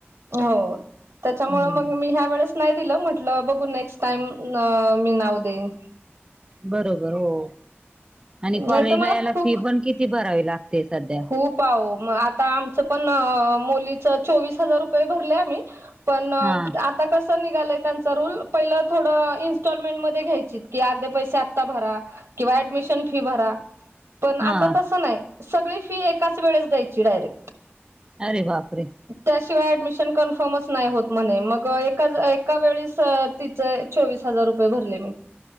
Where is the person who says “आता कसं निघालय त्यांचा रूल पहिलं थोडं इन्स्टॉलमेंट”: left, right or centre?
Right